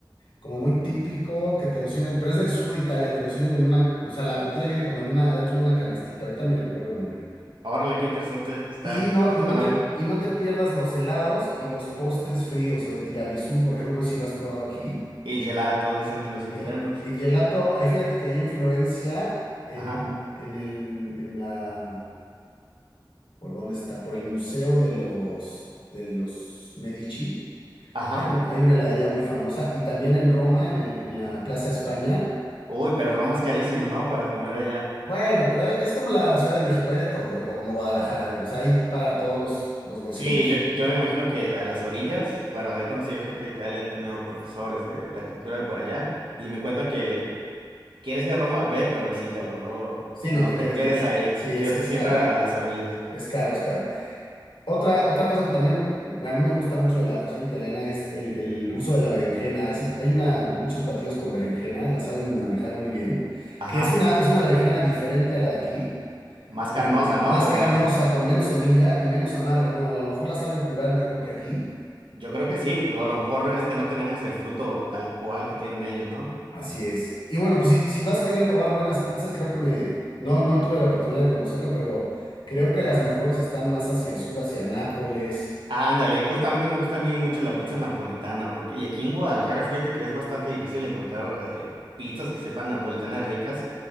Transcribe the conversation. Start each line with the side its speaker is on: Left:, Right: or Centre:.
Left: como muy típico, que te lo sirven, pero es del sur de Italia, te lo sirven en una, o sea, la botella viene como en una, adentro de una canastita, ahorita me recuerdo el nombre.
Right: Órale, qué interesante está.
Left: Y no, y no
Right: Suena
Left: te,
Right: bien.
Left: y no te pierdas los helados y los postres fríos, el tiramisú, por ejemplo, no sé si lo has probado aquí.
Right: Y gelato, dicen los italianos.
Left: Y, y gelato, ahí fíjate que ahí en Florencia, en,
Right: Ajá,
Left: en el, en la, ¿por dónde está? Por el Museo de los, de los Medici,
Right: ajá.
Left: hay, un- hay una heladería muy famosa. Y también en Roma, en, el- en la Plaza España,
Right: Uy, pero Roma es carísimo, ¿no? Para comer allá.
Left: Bueno, pero es como la Ciudad de México, hay de todo, ¿eh? O como Guadalajara, ¿eh? O sea, hay para todos los, los bolsillos.
Right: Sí, yo, yo me imagino que a las orillas, bueno, he conocido gente de Italia, he tenido profesores de, de arquitectura de por allá, y me cuentan que ¿Quieres ir a Roma? Ve, pero visítalo, no,
Left: Sí,
Right: no
Left: no te
Right: te
Left: quedes
Right: quedes
Left: mucho.
Right: ahí,
Left: Sí, ese
Right: quédate
Left: es
Right: siempre
Left: caro,
Right: a las orillas.
Left: es caro, es caro. Otra, otra cosa que también a mí me gusta mucho de la cocina italiana es el, el uso de la berenjena. Hace- Hay una, muchos platillos con berenjena, la saben manejar muy bien,
Right: Ajá,
Left: que es una, es una berenjena diferente a la de aquí,
Right: más
Left: como
Right: carnosa, ¿no?
Left: más
Right: Como
Left: carnosa,
Right: más,
Left: con menos semilla y menos amarga. Bueno, a lo mejor la saben curar mejor que aquí
Right: yo creo que sí, o a lo mejor es que no tenemos el fruto tal cual que tienen ellos, ¿no?
Left: Así es. Y bueno, pues si, si vas a querer probar buenas pizzas, creo que me... No, no tuve la oportunidad de conocerlo, pero creo que las mejores están más hacia el sur, hacia Nápoles.
Right: Ándale, justamente me gusta a mí mucho la pizza napolitana, porque y aquí en Guadalajara, fíjate que es bastante difícil encontrar eh, pizzas que sepan napolitanas ricas,